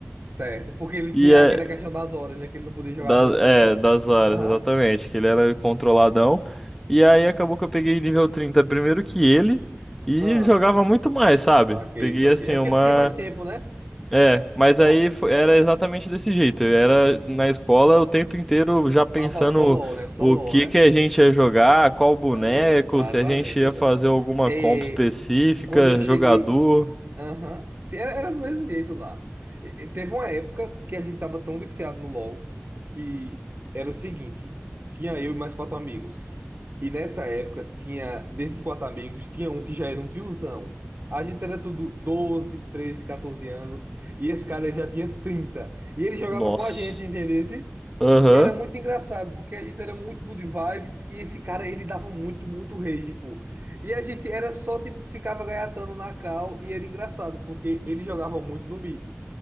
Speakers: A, on the right; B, in the centre.
A: Certo, porque ele
B: e
A: tinha
B: é,
A: aquela questão das horas, né? Que ele não podia jogar
B: da-
A: há muito tempo.
B: é, das horas,
A: Aham.
B: exatamente, que ele era controladão. E aí acabou que eu peguei nível 30 primeiro que ele, e
A: Ah,
B: jogava muito mais, sabe?
A: saquei,
B: Peguei
A: saquei.
B: assim
A: É porque
B: uma.
A: tu tinha mais tempo, né?
B: É, mas
A: Ó,
B: aí fo- era exatamente desse jeito. Eu Era
A: ó,
B: na escola o tempo inteiro já pensando
A: só fala- só LOL, né? Só
B: o
A: LOL,
B: que que
A: né?
B: a gente ia jogar, qual boneco,
A: Ah, exatamente,
B: se a gente ia
A: exatamente.
B: fazer alguma
A: É,
B: comp específica,
A: quando eu cheguei.
B: jogador.
A: Aham. Te- Era do mesmo jeito lá. E- e Teve uma época que a gente tava tão viciado no LoL que era o seguinte: tinha eu e mais quatro amigos. E nessa época, tinha desses quatro amigos, tinha um que já era um tiozão. A gente era tudo 12 13 14 anos. E esse cara ele já tinha 30 E ele jogava
B: Nossa.
A: com a gente, entendesse?
B: Aham.
A: E era muito engraçado, porque a gente era muito good vibes. E esse cara, ele dava muito, muito rage, pô. E a gente era só, tipo, ficava gaiatando na cal e era engraçado, porque ele jogava muito no mid.